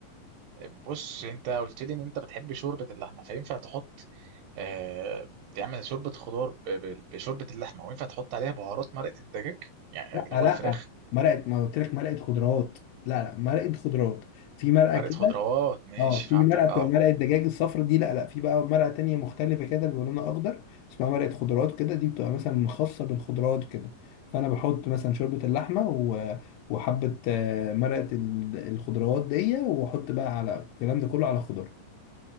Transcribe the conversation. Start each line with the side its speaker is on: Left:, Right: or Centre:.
Right: بص انت قلت لي ان انت بتحب شوربه اللحمه فينفع تحط آه تعمل شوربه خضار ب- ب- بشوربه اللحمه وينفع تحط عليها بهارات مرقه الدجاج يعني
Left: لا
Right: اللي
Left: لا
Right: هو الفراخ
Left: مرقه ما قلت لك مرقه خضروات لا لا مرقه خضروات في مرقه
Right: مرقه
Left: كده
Right: خضروات ماشي
Left: اه في
Right: فهمتك
Left: مرقه بتبقى
Right: اه
Left: مرقه دجاج الصفرا دي لا لا في بقى مرقه تانية مختلفه كده بيبقى لونها اخضر اسمها مرقه خضروات كده دي بتبقى مثلا خاصه بالخضروات كده فانا بحط مثلا شوربه اللحمه و... وحبه آه، مرقه ال- الخضروات دي واحط بقى على الكلام ده كله على خضار